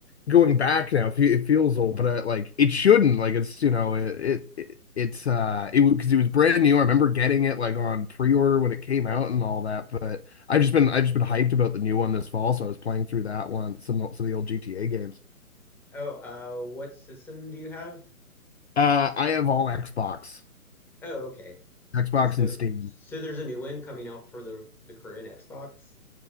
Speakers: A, on the left (about 50°); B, in the centre.
A: going back now, it feels old, but uh, like it shouldn't. Like it's you know it, it it's uh it because it was brand new. I remember getting it like on pre-order when it came out and all that. But I've just been I've just been hyped about the new one this fall, so I was playing through that one some some of the old GTA games.
B: Oh, uh, what system do you have?
A: Uh, I have all Xbox,
B: Oh, okay.
A: Xbox
B: So,
A: and Steam.
B: so there's a new one coming out for the the current Xbox.